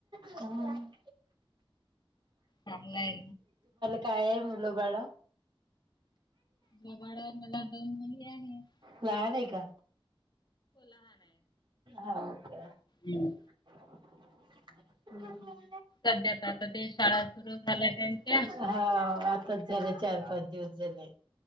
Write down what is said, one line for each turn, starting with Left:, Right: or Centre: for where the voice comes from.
Right: हम्म.
Left: चागलय.
Right: काय आहे मुलं बाळ.
Left: जवळ मला दोन मुली आहेत.
Right: लहान आहे का? हाव का?
Left: हम्म.
Right: हम्म हम्म.
Left: सध्या तर आता ते शाळा सुरू झाल्या त्यांच्या.
Right: हाव. बस झाले, चार पाच दिवस झाले.